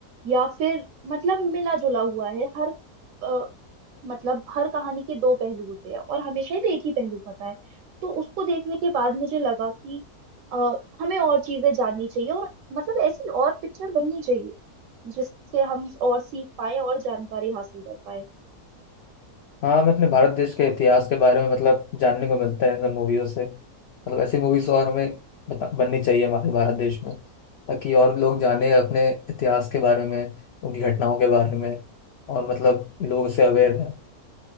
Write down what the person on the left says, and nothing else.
हाँ हमें अपने भारत देश के इतिहास के बारे में मतलब जानने को मिलता है इन सब मूवियों से मतलब ऐसी मूवीज और हमें बता- बननी चाहिए हमारे भारत देश में ताकि और लोग जाने अपने इतिहास के बारे में उनकी घटनाओं के बारे में और मतलब लोग से अवेयर हैं